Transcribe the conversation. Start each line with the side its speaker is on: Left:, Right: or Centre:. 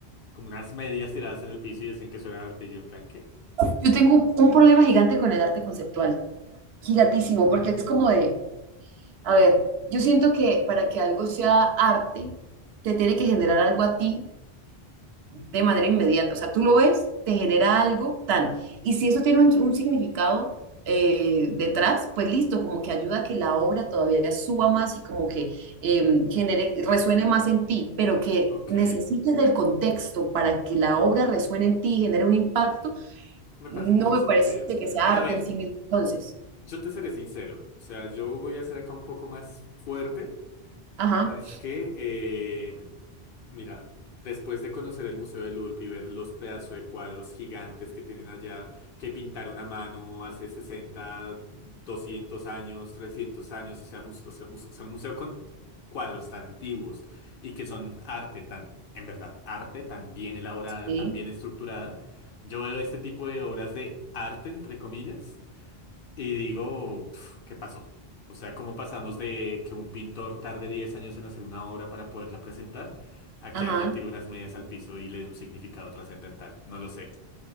Left: como unas medias tiradas en el piso y decían que eso era arte. Y yo en plan, ¿qué?
Right: Yo tengo un problema gigante con el arte conceptual, gigantísimo, porque es como de, a ver, yo siento que para que algo sea arte, te tiene que generar algo a ti de manera inmediata. O sea, tú lo ves, te genera algo tan. Y si eso tiene un, un significado eh, detrás, pues listo, como que ayuda a que la obra todavía suba más y como que eh, genere, resuene más en ti, pero que
Left: Ok,
Right: necesites del contexto para que la obra resuene en ti y genere un impacto
Left: me
Right: no
Left: parece un poco
Right: me
Left: estúpido.
Right: parece que sea
Left: A
Right: arte
Left: ver.
Right: en sí mismo, entonces.
Left: Yo te seré sincero, o sea, yo voy a ser acá un poco más fuerte
Right: Ajá,
Left: y es que, eh, mira, después de conocer el Museo del Louvre y ver los pedazos de cuadros gigantes que tienen allá, que pintaron a mano hace 60, 200 años, 300 años, o sea, mus- o sea, mus- o sea, un museo con cuadros tan antiguos y que son arte tan, en verdad, arte tan bien elaborada,
Right: sí,
Left: tan bien estructurada, yo veo este tipo de obras de arte, entre comillas. Y digo, pf, ¿qué pasó? O sea, ¿cómo pasamos de que un pintor tarde 10 años en hacer una obra para poderla presentar a
Right: ajá.
Left: que alguien tire unas medias al piso y le dé un significado trascendental? No lo sé.